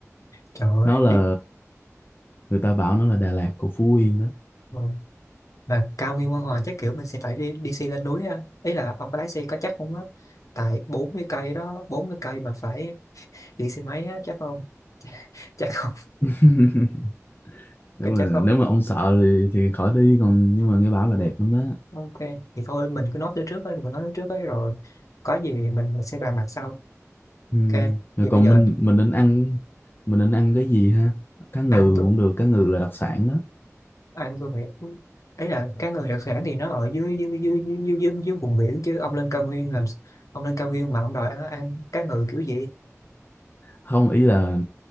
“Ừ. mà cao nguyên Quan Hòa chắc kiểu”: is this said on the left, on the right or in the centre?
Left